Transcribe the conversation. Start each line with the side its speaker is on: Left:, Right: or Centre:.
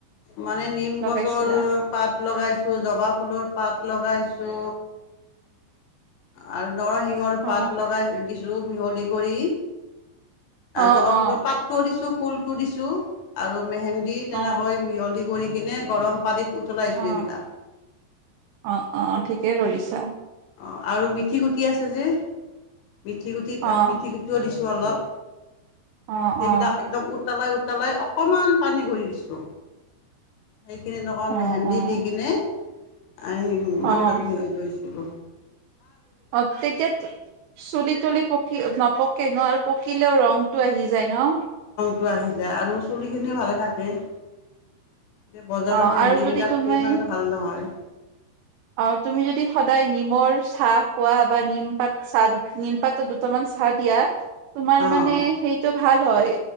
Left: মানে নিম
Right: লগাইছিলা
Left: গছৰ পাত লগাইছো জবা ফুলৰ পাত লগাইছো আৰু নৰসিংহৰ
Right: অ',
Left: পাত লগাই দিছো মিহলি কৰি
Right: অ',
Left: জাবা
Right: অ',
Left: ফুলৰ পাতটোও দিছো ফুলটো দিছো আৰু মেহেন্দী
Right: অ',
Left: তেনেকৈ মিহলি কৰি কিনে গৰম পানীত উতলাইছো
Right: অ',
Left: এইবিলাক
Right: অ', অ', ঠিকে কৰিছা
Left: অ আৰু মিথি গুটি আছে যে মিথি গুটিত
Right: অ',
Left: মিথি গুটিও দিছো অলপ
Right: অ',
Left: সেইবিলাক
Right: অ',
Left: একদম উতলাই উতলাই অকণমান পানী ঘুৰি দিছোঁ সেইখিনিত অকণ
Right: অ',
Left: মেহেন্দি
Right: অ',
Left: দি কিনে আহ
Right: অ',
Left: মাথাত মিহৈ লৈছিলো
Right: অ তেতিয়া চুলি তুলি পকি নপকে নো আৰু পকিলেও ৰংটো আহি যায় ন
Left: য আৰু চুলি খিনি ভালে থাকে এই বজাৰৰ
Right: অ',
Left: মেহেন্দী
Right: আৰু যদি
Left: বিিলাক
Right: তুমি
Left: ইমান এটা ভাল নহয়
Right: অ তুমি যদি সদায় নিমৰ চাহ খোৱা বা নিম পাত চাহ নিমপাতৰ দুটামান বা দিয়া তোমাৰ
Left: অঁ
Right: মানে সেইটো ভাল হয়